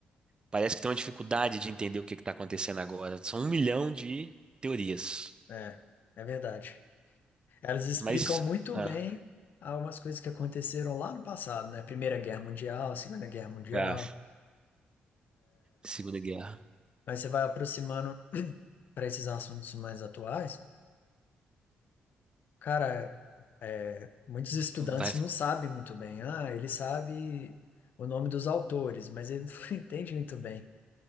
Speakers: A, on the right; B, on the left.
A: Parece que tem uma dificuldade de entender o que está acontecendo agora. São um milhão de teorias.
B: é, é verdade. Elas explicam
A: Mas.
B: muito
A: Ah,
B: bem algumas coisas que aconteceram lá no passado, né? Primeira Guerra Mundial, Segunda Guerra Mundial,
A: ah, Segunda Guerra.
B: Aí você vai aproximando <clears throat> para esses assuntos mais atuais. Cara, é, muitos estudantes
A: Vai.
B: não sabem muito bem. Ah, ele sabe o nome dos autores, mas ele <laughs> não entende muito bem.